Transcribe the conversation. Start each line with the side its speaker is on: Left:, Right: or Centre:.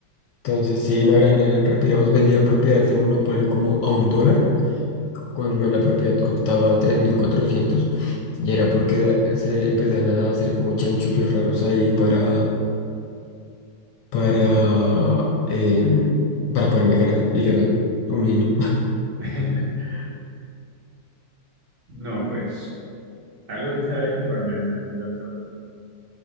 Left: entonces sí, no eran, no eran retirados, vendían propiedades de monopolio como a un dólar, cuando la propiedad costaba 3.400 y era porque se empezaban a hacer como chanchullos raros ahí para, para, em, para poderme ganar. Y yo era un niño.
Right: <laughs> No, pues algo debiste haber hecho para merecerte tanto.